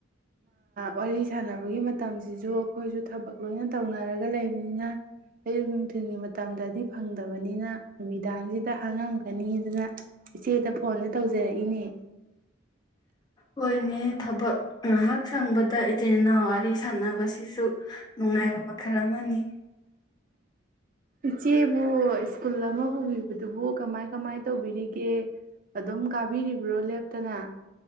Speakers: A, on the right; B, on the left.
A: ꯋꯥꯔꯤ ꯁꯥꯟꯅꯕꯒꯤ ꯃꯇꯝꯁꯤꯁꯨ ꯑꯩꯈꯣꯏꯁꯨ ꯊꯕꯛ ꯂꯣꯏꯅ ꯇꯧꯅꯔꯒ ꯂꯩꯕꯅꯤꯅ ꯑꯌꯨꯛ ꯅꯨꯡꯊꯤꯜꯒꯤ ꯃꯇꯝꯗꯗꯤ ꯐꯪꯗꯕꯅꯤꯅ ꯅꯨꯃꯤꯗꯥꯡꯁꯤ ꯑꯇ ꯍꯥꯡꯉꯝꯒꯅꯤ ꯑꯗꯨꯅ ꯏꯆꯦꯗ ꯐꯣꯟꯗ ꯇꯧꯖꯔꯛꯏꯅꯦ
B: ꯍꯣꯏꯅꯦ ꯊꯕꯛ ꯉꯥꯏꯍꯥꯛ ꯁꯪꯕꯗ ꯏꯆꯤꯤꯟꯜ ꯏꯅꯥꯎ ꯋꯥꯔꯤ ꯁꯥꯟꯅꯕꯁꯤ ꯁꯤꯁꯨ ꯅꯨꯡꯉꯥꯏꯕ ꯄ ꯈꯔ ꯑꯃꯅꯤ
A: ꯏꯆꯦꯕꯨ ꯁꯀꯨꯜ ꯑꯃ ꯄꯨꯕꯤꯕꯗꯨꯕꯨ ꯀꯃꯥꯏ ꯀꯃꯥꯏ ꯇꯧꯕꯤꯔꯤꯒꯦ ꯑꯗꯨꯝ ꯀꯥꯕꯤꯔꯤꯕ꯭ꯔꯣ ꯂꯦꯞꯇꯅ